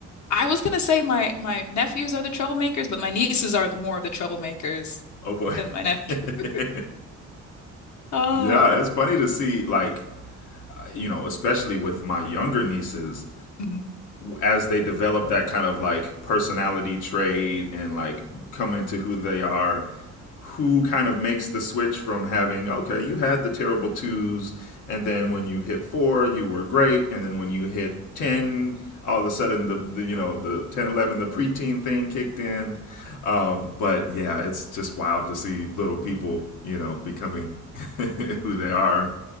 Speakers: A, on the left; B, on the left.
A: I was gonna say my my nephews are the troublemakers, but my nieces are more of the troublemakers
B: Oh, boy.
A: than my nephew.
B: <laughs>
A: <laughs> Ah.
B: yeah, it's funny to see, like, you know, especially with my younger nieces,
A: Mhm.
B: as they develop that kind of like personality trait and like come into who they are who kind of makes the switch from having okay you had the terrible twos and then when you hit four you were great and then when you hit 10 all of a sudden the, the you know the ten eleven the preteen thing kicked in um, but yeah it's just wild to see little people you know becoming <laughs> who they are